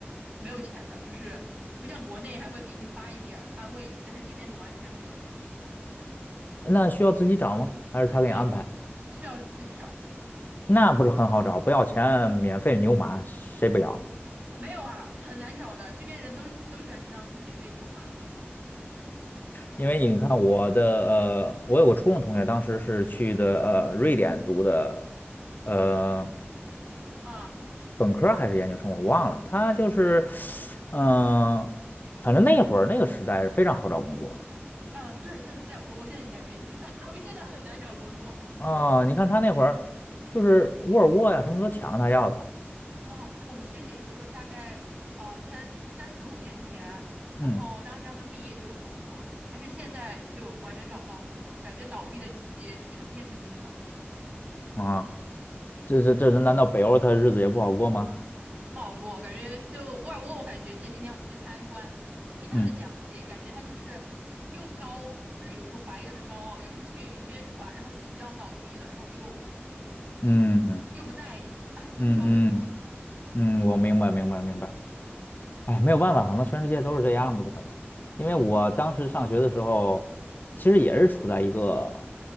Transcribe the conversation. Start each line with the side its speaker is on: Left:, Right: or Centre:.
Right: 没有钱的，就是不像国内还会给你发一点儿安慰你，但是这边是完全没有，
Left: 那需要自己找吗？还是他给你安排？
Right: 要需要自己找，
Left: 那不是很好找，不要钱，免费牛马，谁不要？
Right: 没有啊，很难找的，这边人都都喜欢去当免费牛马
Left: 因为你看我的呃，我有个初中同学，当时是去的呃瑞典读的呃
Right: 啊。
Left: 本科儿还是研究生，我忘了。他就是，嗯、反正那会儿那个时代是非常好找工作的
Right: 嗯，对，就是在我我现在也在瑞典，<laughs> 我们现在很难找工作。
Left: 啊、你看他那会儿就是沃尔沃呀，什么都抢着他要的。
Right: 哦，他我们学姐就说大概啊三三四五年前，然后当时他们毕业就有工作，
Left: 嗯
Right: 但是现在就完全找不到工作了，感觉倒闭的企业就是成片成片的倒闭，
Left: 啊，这这这难道北欧他日子也不好过吗？
Right: 不好过。感觉就沃尔沃，我感觉前几天我们去参观，听他的讲解，
Left: 嗯
Right: 感觉他就是又高，就是有一种白人的高傲，又不屑于宣传，然后自己要倒闭了，然后又又又不在意，
Left: 嗯嗯
Right: 哎，我也不知道为什么
Left: 嗯嗯，我明白明白明白。哎，没有办法，可能全世界都是这样子的呗。因为我当时上学的时候，其实也是处在一个，